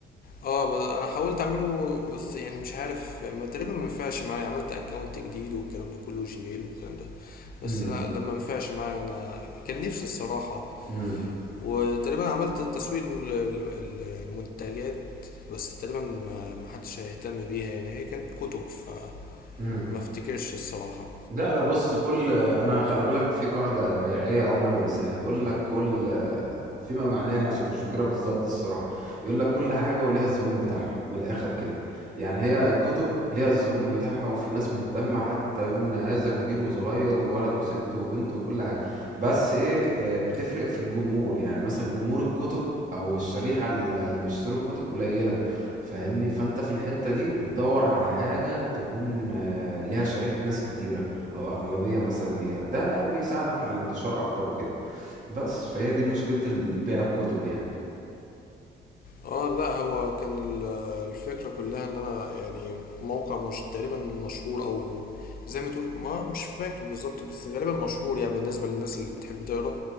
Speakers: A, on the left (about 50°); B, on the right (about 40°).
A: آه، ب- انا حاولت اعمله بس يعني مش عارف ما تقريبا ما ينفعش معايا عملت اكونت جديد والكلام ده كله جيميل والكلام ده بس
B: إمم،
A: لا لما ما ينفعش معايا انا كان نفسي الصراحه
B: إمم،
A: وتقريبا عملت تسويق لل- لل- للمنتجات بس تقريبا ما ما حدش هيهتم بيها يعني هي كانت كتب فما
B: إمم.
A: افتكرش الصراحة
B: لا لا بص كل انا خلي بالك في قاعده بيعيه عمري ما انساها يقول لك كل فيما معناه انا عشان مش فاكرها بالظبط الصراحه يقول لك كل حاجه وليها الزبون بتاعها من الاخر كده يعني هي الكتب ليها الزبون بتاعها وفي ناس مهتمه حتى يومنا هذا كبير وصغير وولد وست وبنت وكل حاجه بس ايه آه، بتفرق في الجمهور يعني مثلا جمهور الكتب او الشريحه اللي بيشتروا الكتب قليله فاهمني فانت في الحته دي بتدور على حاجه تكون آه، ليها شريحه ناس كتيره او اغلبية مثلا ليها ده بيساعدك على الانتشار اكتر وكده بس فهي دي مشكلة بيع الكتب يعني
A: اه لا هو كان ال- الفكرة كلها ان انا يعني موقع مش تقريبا مشهور او زي ما تقول ما مش فاكر بالظبط بس غالبا مشهور يعني بالنسبة للناس اللي بتحب تقرا